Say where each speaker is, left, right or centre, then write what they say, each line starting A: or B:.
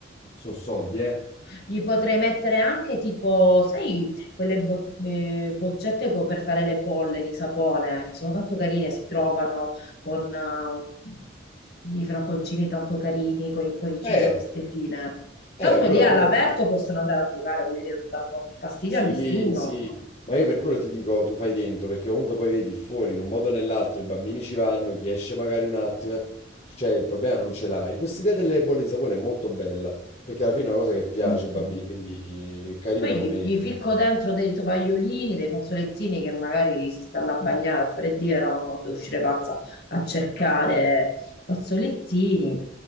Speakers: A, on the left; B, on the left.
A: sono soldi, eh.
B: Gli potrei mettere anche tipo, sai, quelle bo- eh, boccette co- per fare le bolle di sapone, che sono tanto carine, si trovano con eh, i franconcini tanto carini, con il cuoricino,
A: Eh.
B: le stelline. Tanto
A: Eh, quella
B: lì all'aperto
A: pure
B: possono andare a giocare, voglio dire, non danno fastidio
A: Sì,
B: a nessuno.
A: sì, ma io per quello ti dico, tu fai dentro, perché comunque poi vedi il fuori, in un modo o nell'altro, i bambini ci vanno, chi esce magari un attimo, eh, cioè il problema non ce l'hai. Questa idea delle bolle di sapone è molto bella, perché alla fine è una cosa che piace
B: Mm,
A: ai bambini,
B: mm.
A: quindi è carina
B: Poi
A: come...
B: gli, gli
A: come-
B: ficco dentro dei tovagliolini, dei fazzolettini che magari si stanno a bagnare, a fare dire, eravamo devo uscire pazza a cercare fazzolettini.